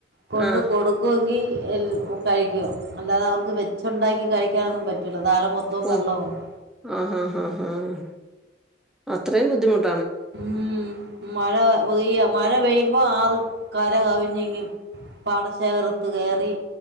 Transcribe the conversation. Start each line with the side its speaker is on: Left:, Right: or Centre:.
Right: കൊണ്ടു
Centre: ആഹ്
Right: കൊടുക് ക്കുവെങ്കീ എൽ കഴിക്കുക അല്ലാതെ അവർക്ക് വെച്ചൊണ്ടാക്കി കഴിക്കാനൊന്നും പറ്റ് <unintelligible> താഴെ മൊത്തവും
Centre: ഓഹ്
Right: വെള്ളമാന്ന്
Centre: ആഹ് അഹ് അഹ് ആഹ് അത്രയും ബുദ്ധിമുട്ടാ
Right: ഉം മഴ പെയ്യുവാ മഴ പെയ്യുമ്പോ ആറ് കര കവിഞ്ഞിങ്ങ് പാടശേഖരത്ത് കേറീ